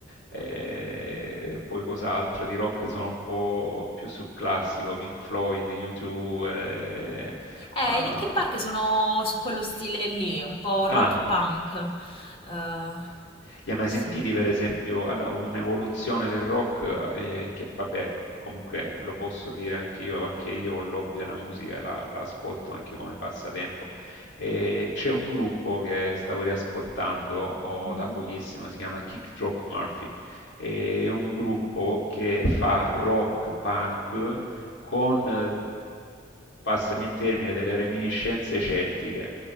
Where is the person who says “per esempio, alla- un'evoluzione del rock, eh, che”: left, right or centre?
Left